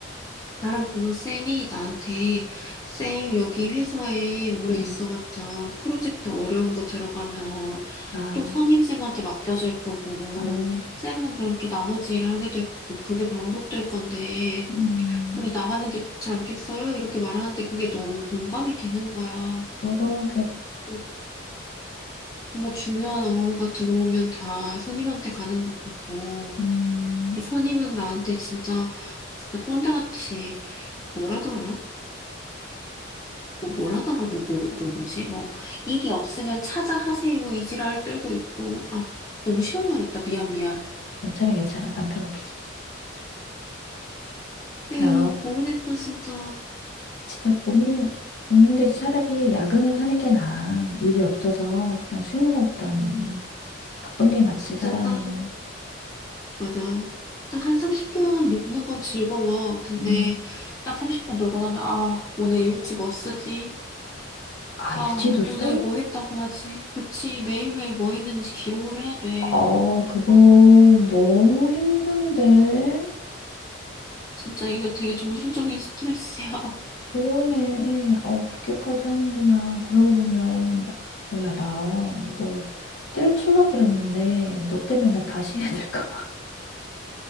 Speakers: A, on the left (about 20°); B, on the left (about 55°).
A: 나랑 보던 쌤이 나한테 쌤 여기 회사에 오래
B: 음.
A: 있어봤자 프로젝트 어려운 거 들어가면
B: 아,
A: 또 선임쌤한테 맡겨질 거고
B: 아,
A: 쌤은 그럼 또 나머지 일 하게 될 거고 그게 반복될 건데
B: 음,
A: 우리 나가는 게 좋지 않겠어요? 이렇게 말하는데 그게 너무 공감이 되는 거야.
B: 그러겠다.
A: 음, 뭔가 중요한 업무가 들어오면 다 선임한테 가는 것 같고
B: 음,
A: 선임은 나한테 진짜 진짜 꼰대같이 뭐라더라? 뭐, 뭐라더라, 뭐, 뭐, 뭐, 뭐지? 뭐, 일이 없으면 찾아 하세요. 이 지랄 떨고 있고. 아, 너무 쉬운 말 했다. 미안, 미안.
B: 괜찮아, 괜찮아. 남편 없어.
A: 에휴,
B: 야,
A: 모르겠다, 진짜.
B: 진짜 고민, 고민되지. 차라리 야근을 하는 게 나아. 일이 없어서 그냥 쉬는 것보다는 바쁜 게 낫지,
A: 진짜
B: 사람이.
A: 딱, 맞아. 딱 한 30분 노는 건 즐거워. 근데
B: 음.
A: 딱 30분 놀고 나면, 아, 오늘 일지 뭐 쓰지?
B: 아,
A: 아,
B: 일지도 써?
A: 오늘 뭐 했다고 하지? 그치, 매일매일 뭐 했는지 기록을 해야 돼.
B: 아, 그거 너무 힘든데.
A: 진짜 이거 되게 정신적인 스트레스야. <laughs>
B: 그러네. 어, 그렇게까지 하는구나. 그러고 보면, 나- 어, 야, 나 이거 때려칠라 그랬는데, 너 때문에 나 다시 해야 될까 봐.